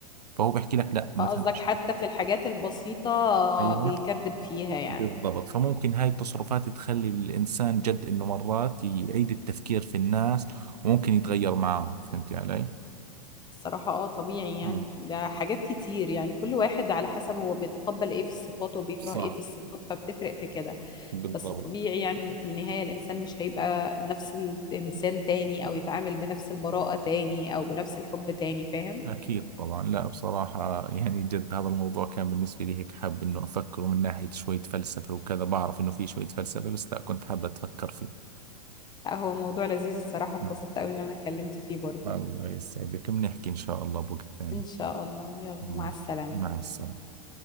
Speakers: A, on the right; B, on the left.
A: فهو بحكي لك لا مثلا
B: فقصدك حتى في الحاجات البسيطة
A: ايوه
B: بيكذب فيها يعني
A: بالضبط فممكن هاي التصرفات تخلي الإنسان جد إنه مرات يعيد التفكير في الناس وممكن يتغير معهم فهمت علي؟
B: الصراحة اه طبيعي يعني
A: مم.
B: ده حاجات كتير يعني كل واحد على حسب هو بيتقبل ايه في الصفات وبيكره
A: صح
B: ايه في الصفات فبتفرق في كده
A: بالضبط
B: بس طبيعي يعني إن في النهاية الإنسان مش هيبقى نفس الإنسان تاني أو يتعامل بنفس البراءة تاني أو بنفس الحب تاني فاهم
A: أكيد طبعا لا بصراحة يعني جد هذا الموضوع كان بالنسبة لي هيك حاب إنه أفكره من ناحية شوية فلسفة وكذا بعرف إنه في شوية فلسفة بس لا كنت حابة أتفكر فيه
B: لا هو موضوع لذيذ الصراحة اتبسطت
A: مم.
B: أوي إن أنا اتكلمت فيه برضو
A: الله يسعدك بنحكي إن شاء الله بوقت ثاني
B: إن شاء الله يلا
A: مم.
B: مع السلامة
A: مع السلامة